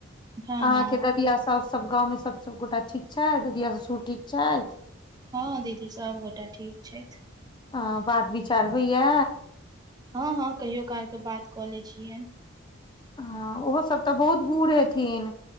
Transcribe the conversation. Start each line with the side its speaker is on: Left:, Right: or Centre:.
Right: हँ
Left: अहाँ
Right: हँ
Left: के
Right: हम
Left: ददिया साउस सब गाँव मे सब सबगोटा ठीक छै ददिया ससूर ठीक छैथ
Right: हँ दीदी सबगोटा ठीक छथि
Left: हँ बात विचार होइये
Right: हँ हँ कहियो कालके बात कऽ लै छियैन
Left: हँ ओहो सब तऽ बहुत बूढ़ हेथिन